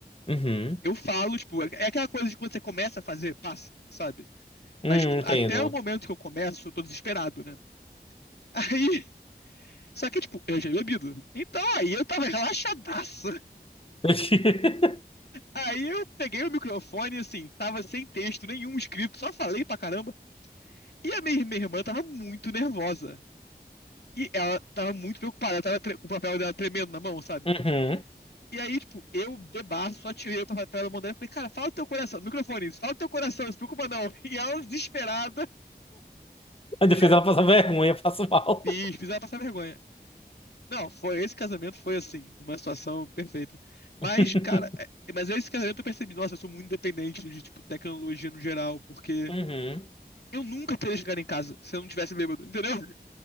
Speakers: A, on the left (about 35°); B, on the left (about 75°).
A: uhum,
B: Eu falo, tipo, é é aquela coisa de quando você começa a fazer, passa, sabe?
A: hum,
B: Mas, tipo,
A: entendo,
B: até o momento que eu começo, eu tô desesperado, né? <laughs> Aí. Só que, tipo, eu já tinha bebido. Então aí eu tava <laughs> relaxadaço.
A: <laughs>
B: Aí eu peguei o microfone, assim, tava sem texto nenhum escrito, só falei pra caramba. E a minha, minha irmã tava muito nervosa. E ela tava muito preocupada, ela tava tre- com o papel dela tremendo na mão, sabe?
A: uhum.
B: E aí, tipo, eu bebaço, só tirei o papel dela da mão dela e falei, cara, fala o teu coração, no microfone, fala o teu coração, não se preocupa não. <laughs> E ela, desesperada,
A: Ainda
B: <laughs>
A: fez ela passar vergonha, <laughs> eu passo mal.
B: fiz, fiz ela passar vergonha. Não, foi esse casamento foi assim, uma situação perfeita. Mas,
A: <laughs>
B: cara, é- mas esse casamento eu percebi, nossa, eu sou muito dependente de tipo tecnologia no geral, porque
A: Uhum.
B: eu nunca teria chegado em casa se eu não tivesse bêbado, entendeu?